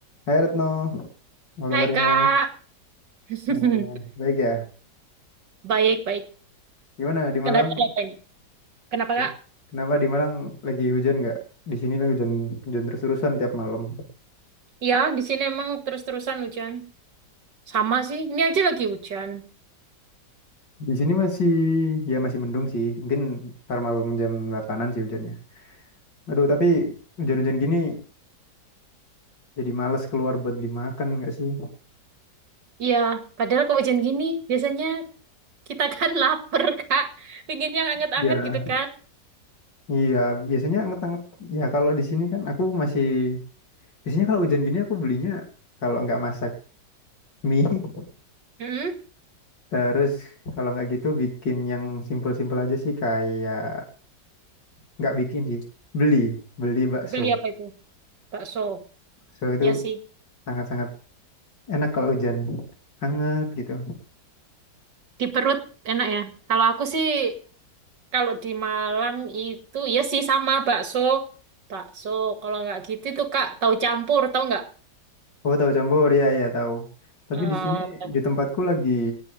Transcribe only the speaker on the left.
Hai Retno, apa kabarnya?
Kabarnya baik ya?
Gimana di
Malang?
Di-
Kenapa di Malang lagi hujan nggak? Di sini lagi hujan hujan terus-terusan tiap malam.
Di sini masih ya masih mendung sih. Mungkin ntar malam jam 8-an sih hujannya. Aduh, tapi hujan-hujan gini jadi males keluar buat beli makan nggak sih?
Ya,
iya, biasanya anget-anget. Ya kalau di sini kan aku masih biasanya kalau hujan gini aku belinya kalau nggak masak mie, <laughs>
Terus kalau nggak gitu bikin yang simpel-simpel aja sih kayak nggak bikin sih beli beli bakso
bakso itu
sangat-sangat enak kalau hujan hangat gitu
oh tahu campur ya ya tahu tapi
di sini
di tempatku lagi